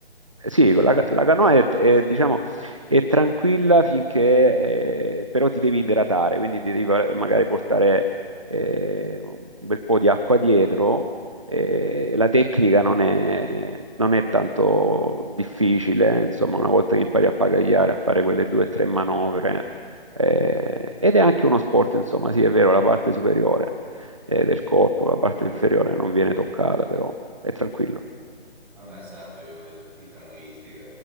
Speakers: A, on the right; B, in the centre.
A: Eh, Sì,
B: <laughs>
A: la, la canoa è, è, diciamo, è tranquilla finché, eh, però ti devi idratare, quindi ti devi va- magari portare eh, un bel po' di acqua dietro. eh, la tecnica non è, non è tanto difficile, insomma, una volta che impari a pagagliare, a fare quelle due o tre manovre, eh, ed è anche uno sport, insomma, sì, è vero, la parte superiore eh, del corpo, la parte
B: Ok.
A: inferiore non viene toccata, però è tranquillo.
B: Vabbè, certo, io vedo tutti i canoisti che,